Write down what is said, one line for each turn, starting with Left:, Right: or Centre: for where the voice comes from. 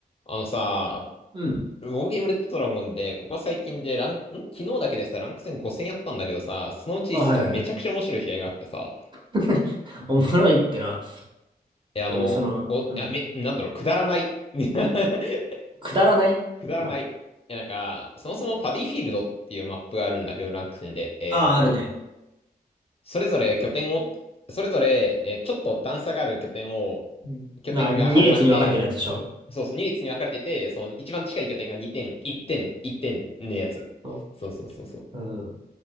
Left: あのさ、
Right: うん。
Left: ウォーゲームレッドドラゴンで、ここ最近でラン、ん昨日だけでさ、ランク戦5戦やったんだけどさ、そのうち1戦めちゃくちゃ面白い試合があってさ、
Right: あ、はいはいはい。<laughs> おもろいってな、
Left: え、あの、
Right: こういうその、
Left: お、いや、
Right: うん。
Left: め、なんだろう、くだらない。<laughs>
Right: くだらないま
Left: くだらない。え、なんか、そもそもパディフィールドっていうマップがあるんだけど、ランク戦で、えーっと、
Right: あ、ああ、あるね。
Left: それぞれ拠点を、それぞれ、えーちょっと段差がある拠点を、
Right: うんな、
Left: 拠点が始まりで、
Right: 2列に分かれてるやつでしょ。
Left: そうそう、2列に分かれてて、その一番近い拠点が2点、1点、1点のやつ。
Right: そ
Left: そうそうそうそう。
Right: う。うん。